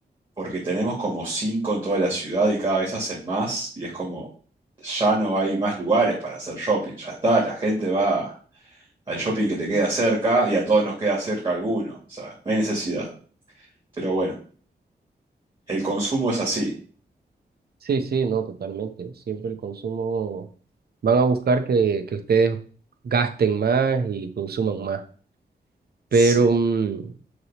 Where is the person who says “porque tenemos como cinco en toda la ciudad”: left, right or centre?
Right